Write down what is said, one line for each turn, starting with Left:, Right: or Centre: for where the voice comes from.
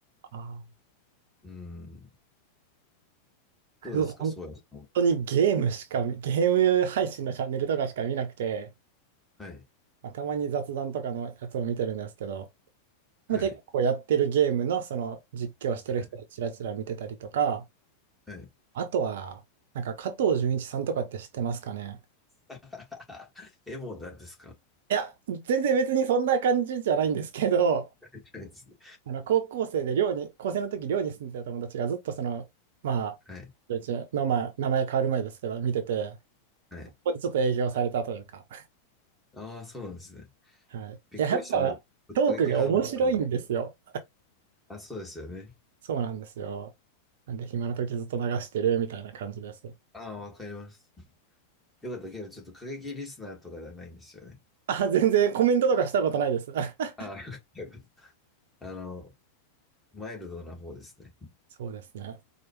Right: あー、
Centre: うん。どうですか、
Right: 僕、本
Centre: そうやさんは。
Right: 当にゲームしか見、ゲーム配信のチャンネルとかしか見なくて、
Centre: はい。
Right: まあ、たまに雑談とかのやつを見てるんですけど、まあ結構やってるゲームのその実況してる人をちらちら見てたりとか、
Centre: はい。はい。はい。
Right: あとは、なんか加藤純一さんとかって知ってますかね
Centre: <laughs> エモなんですか
Right: いや、全然別にそんな感じじゃないんですけど、
Centre: じゃないですね
Right: あの、高校生で寮に、高生の時寮に住んでた友達がずっとその、まあ、
Centre: はい。
Right: うちの、まあ、名前変わる前ですけど、見てて、
Centre: はい。
Right: ここでちょっと営業されたというか。
Centre: ああ、そうなんですね。
Right: <laughs> はい。
Centre: びっくりした。
Right: いや、やっぱ、
Centre: なんか、突撃派の人らも
Right: トークが面白いんですよ。
Centre: あ、そうですよね。
Right: そうなんですよ。なんで、暇な時ずっと流してるみたいな感じです。
Centre: ああ、わかります。よかったけど、ちょっと過激リスナーとかではないんですよね。
Right: あ、全然コメントとかしたことないです。<laughs>
Centre: ああ、よかったよかった。あの、マイルドな方ですね。
Right: そうですね。